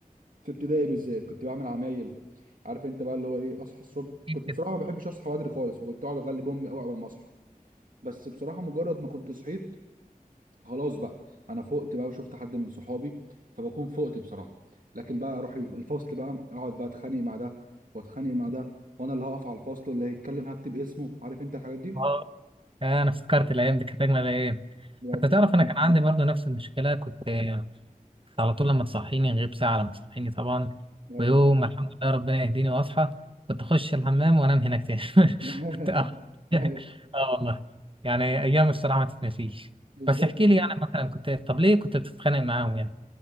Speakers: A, on the right; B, on the right.
A: في ابتدائي بالذات كنت بعمل عمايل عارف انت بقى اللي هو ايه اصحى الصبح
B: أكيد
A: كنت بصراحه
B: كده
A: ما بحبش اصحى بدري خالص فكنت اقعد اغلب امي قوي اول ما اصحى بس بصراحه مجرد ما كنت صحيت خلاص بقى انا فقت بقى وشفت حد من صحابي فبكون فقت بصراحه لكن بقى اروح الف- الفصل بقى اقعد بقى اتخانق مع ده واتخانق مع ده وانا اللي هقف على الفصل واللي هيتكلم هكتب اسمه عارف انت الحاجات دي
B: اه آه، انا افتكرت الايام دي كانت اجمل ايام
A: بجد
B: حتى تعرف انا كان عندي برضو نفس المشكله كنت آه، على طول لما تصحيني غير ساعه لما تصحيني طبعا
A: ايوه
B: ويوم ما الحمد لله ربنا يهديني واصحى كنت اخش الحمام وانام هناك تاني <laughs>
A: <laughs>
B: كنت أخ- <laughs>
A: أيوة،
B: اه والله يعني ايام الصراحه ما تتنسيش
A: بالظبط
B: بس احكي لي يعني مثلا كنت طب ليه كنت بتتخانق معاهم يعني